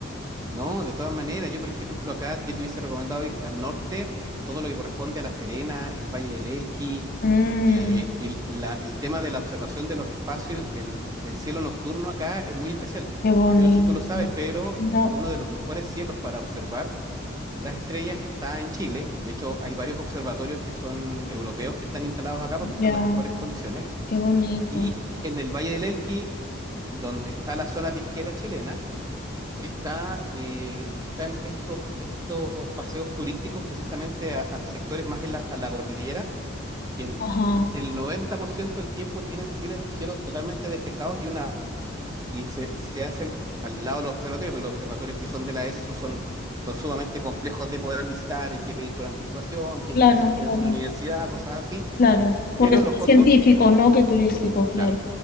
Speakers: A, on the right (about 20°); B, on the left (about 50°).
A: no, de todas maneras, yo por ejemplo acá, que te hubiese recomendado ir al norte, todo lo que corresponde a La Serena, el Valle del Elqui,
B: Mm,
A: eh, el, la- el tema de la observación de los espacios del, del cielo nocturno acá es muy especial.
B: qué bonito.
A: Yo no sé si tú lo sabes, pero
B: No,
A: uno de los mejores cielos para observar Las Estrellas está en Chile. De hecho, hay varios observatorios que son europeos que están instalados acá porque son
B: ya,
A: las mejores condiciones.
B: qué bonito.
A: Y en el Valle del Elqui, donde está la zona pisquera chilena, está, eh, están estos, estos paseos turísticos precisamente a, a sectores más en la, a la cordillera, que
B: Ajá,
A: el 90% del tiempo tienen cielos, cielos totalmente despejados y una y se, y se hacen al lado de los observatorios, pero los observatorios que son de la ESO son, son sumamente complejos de poder visitar, hay que pedir con anticipación, tienes
B: claro,
A: que ser
B: claro,
A: de alguna universidad, cosas así,
B: claro. Porque
A: pero
B: son
A: los
B: más
A: otros,
B: científicos, ¿no? Que turísticos, claro.
A: claro,